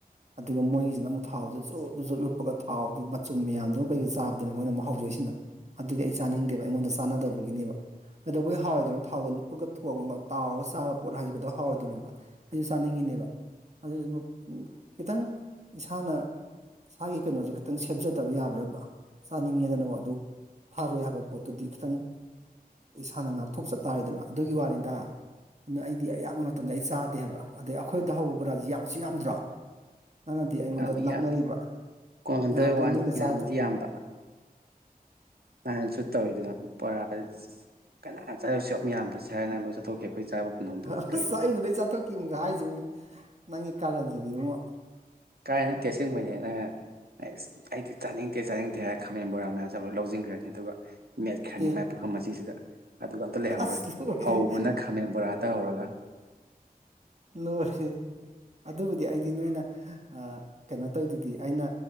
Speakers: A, on the right (about 45°); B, on the right (about 80°).
A: ꯑꯗꯨꯒ ꯃꯣꯏꯒꯤꯁꯤꯅ ꯑꯃꯨꯛ ꯊꯥꯎꯗꯨ ꯖꯣꯞ ꯖꯨꯞ ꯖꯨꯞ ꯂꯨꯞꯄꯒ ꯊꯥꯎꯗꯨ ꯃꯆꯨꯝ ꯃꯌꯥꯝꯗꯨꯅ ꯀꯩꯀ ꯆꯥꯕꯗꯨꯅꯦ ꯃꯣꯏꯅ ꯑꯃꯨꯛ ꯍꯧꯖꯩꯁꯤꯅ ꯑꯗꯨꯗꯤ ꯑꯩ ꯆꯥꯅꯤꯡꯗꯦꯕ ꯑꯩꯉꯣꯟꯗ ꯆꯥꯅꯗꯕꯒꯤ ꯒꯤꯅꯦꯕ ꯀꯩꯗꯧꯕꯩ ꯍꯥꯎꯔꯣꯏꯗꯣꯏꯣ ꯊꯥꯎꯗ ꯂꯨꯞꯄꯒ ꯊꯣꯡꯉꯒ ꯇꯥꯎꯔꯒ ꯆꯥꯕ ꯄꯣꯠ ꯍꯥꯏꯁꯦ ꯀꯩꯗꯧ ꯍꯥꯎꯔꯣꯏꯗꯣꯏꯅꯣꯕ ꯑꯩꯖꯨ ꯆꯥꯅꯤꯡꯉꯤꯅꯦꯕ ꯑꯗꯨꯏꯖꯨ ꯈꯤꯇꯪ ꯏꯁꯥꯅ ꯏꯁꯥꯒꯤ ꯀꯩꯅꯣꯖꯦ ꯈꯤꯇꯪ ꯁꯦꯝꯖꯗꯕ ꯌꯥꯕ꯭ꯔꯕ ꯆꯥꯅꯤꯡꯉꯦꯗꯅ ꯑꯗꯨ ꯐꯥꯔꯣꯏ ꯍꯥꯏꯕ ꯄꯣꯠꯇꯨꯗꯤ ꯈꯤꯇꯪ ꯏꯁꯥꯅ ꯉꯥꯛꯊꯣꯛꯆ ꯇꯥꯔꯦꯗꯅ ꯑꯗꯨꯒꯤ ꯋꯥꯅꯤꯗ ꯑꯗꯨꯅ ꯑꯩꯗꯤ ꯑꯌꯥꯝꯕ ꯃꯇꯝꯗ ꯑꯩ ꯆꯥꯗꯦ ꯍꯥꯏꯕ ꯑꯗꯩ ꯑꯩꯈꯣꯏꯗ ꯍꯧꯕ ꯕꯣꯔꯥꯁꯤ ꯌꯥꯝꯁꯨ ꯌꯥꯝꯗ꯭ꯔꯣ ꯅꯪꯅꯗꯤ ꯑꯩꯉꯣꯟꯗ
B: ꯌꯥꯝꯃꯤ
A: ꯂꯥꯛꯅꯔꯤꯕ
B: ꯌꯥꯝꯃꯤ ꯀꯣꯟ ꯍꯟꯗ꯭ꯔꯦꯠ
A: ꯌꯥꯝꯗ꯭ꯔꯥꯅꯤꯅ
B: ꯋꯥꯟ
A: ꯆꯥꯏꯗꯣ
B: ꯌꯥꯝꯕꯗꯤ ꯌꯥꯝꯕ ꯅꯍꯥꯟꯁꯨ ꯇꯧꯋꯗꯨꯅ ꯄꯔ ꯀꯅꯥ ꯆ ꯑꯁꯨꯌꯥꯝ ꯌꯥꯝꯕꯁꯦ ꯍꯥꯏꯅ ꯑꯃꯨ ꯆꯊꯣꯛꯈꯤ ꯑꯈꯣꯏ ꯆꯥꯕ ꯐꯪꯍꯧꯗ
A: ꯑꯁ
B: ꯇꯧꯔꯤꯗꯨ
A: ꯑꯩꯅ ꯂꯣ ꯆꯊꯣꯛ ꯀꯤꯝꯒ ꯍꯥꯏꯁꯤꯕꯨꯅꯦ ꯅꯪꯒꯤ ꯀꯥꯔꯟꯁꯤꯗꯤ ꯏꯕꯨꯉꯣ
B: ꯀꯥꯏ ꯅꯠꯇꯦ ꯑꯁꯦꯡꯕꯩꯅꯦ ꯅꯪꯅ ꯑꯩꯁ ꯑꯩꯗꯤ ꯆꯥꯅꯤꯡꯇꯦ ꯆꯥꯅꯤꯡꯇꯦ ꯍꯥꯏꯔ ꯈꯥꯃꯦꯟ ꯕꯣꯔꯥ ꯃꯌꯥꯝꯁꯨ ꯂꯧꯖꯤꯟꯒꯔꯅꯤ ꯑꯗꯨꯒ ꯃꯦꯠꯈ꯭ꯔꯅꯤ
A: ꯑꯦ
B: ꯃꯥꯏ ꯄꯨꯈꯝ ꯃꯆꯤꯁꯤꯗ ꯑꯗꯨꯒ ꯑꯝꯇ ꯂꯩꯍꯧꯔꯔꯣꯏ
A: ꯑꯁ ꯂꯣꯏꯔꯦ
B: ꯍꯧꯕꯅ ꯈꯥꯃꯦꯟ ꯕꯣꯔꯥꯇ ꯍꯧꯔꯒ
A: ꯂꯣꯏꯔꯦꯍꯦ ꯑꯗꯨꯕꯨꯗꯤ ꯑꯩꯗꯤ ꯅꯣꯏꯅ ꯑ ꯀꯩꯅꯣ ꯇꯣꯏꯗꯨꯗꯤ ꯑꯩꯅ